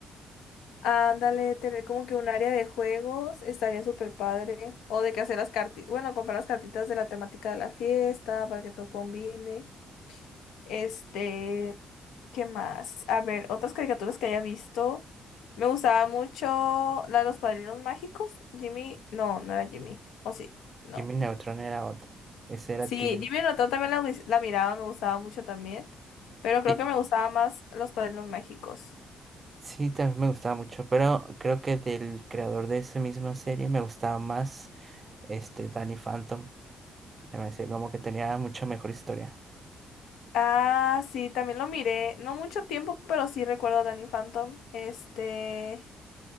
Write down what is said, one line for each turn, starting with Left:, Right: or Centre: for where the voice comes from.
Left: Ándale, tener como que un área de juegos estaría súper padre. O de que hacer las cartitas, bueno, comprar las cartitas de la temática de la fiesta para que todo combine. Este, ¿qué más? A ver, otras caricaturas que haya visto. Me gustaba mucho la de los padrinos mágicos. Jimmy, no, no era Jimmy. ¿O sí? No.
Right: Jimmy Neutron era otro. Ese era
Left: Sí,
Right: Tim.
Left: Jimmy Neutron también la, vis- la miraba, me gustaba mucho también. Pero creo
Right: Y
Left: que me gustaba más los padrinos mágicos.
Right: Sí, también me gustaba mucho, pero creo que del creador de esa misma serie me gustaba más este Danny Phantom. Se me hacía como que tenía mucha mejor historia.
Left: Ah, sí, también lo miré. No mucho tiempo, pero sí recuerdo a Danny Phantom. Este,